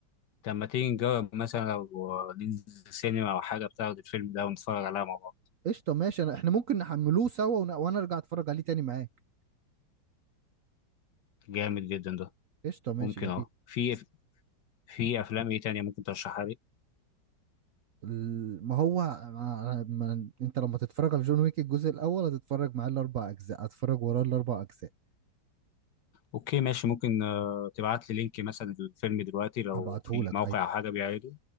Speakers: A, on the left; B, on the right.
A: طب ما تيجي نجرب مثلا لو ننزل سينما أو حاجة بتاخد الفيلم ده ونتفرج عليها مع بعض
B: قشطه ماشي انا احنا ممكن نحملوه سوا ون- وانا ارجع اتفرج عليه تاني معاك
A: جامد جدا ده
B: قشطه ماشي
A: ممكن
B: جميل
A: اه في في افلام ايه تانية ممكن ترشحها لي
B: ال- ما هو ما ما انت لما تتفرج على جون ويك الجزء الاول هتتفرج معاه الاربع اجزاء هتتفرج وراه الاربع اجزاء
A: اوكي ماشي ممكن آه، تبعت لي لينك مثلا الفيلم دلوقتي لو
B: هبعتهولك
A: في موقع
B: ايوه
A: او حاجه بيعرضه